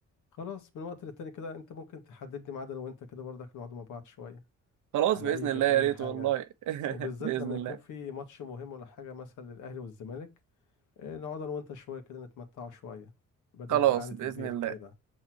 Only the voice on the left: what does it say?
خلاص من وقت للتاني كده انت ممكن تحدد لي ميعاد انا وانت كده برضك نقعد مع بعض شوية
على
اي
كافيه
اي
حاجة
وبالذات
لما
يكون في ماتش مهم ولا حاجة مثلا للأهلي والزمالك إيه، نقعد انا وانت شويه كده نتمتعوا شويه بدل
قعده
البيت
وكده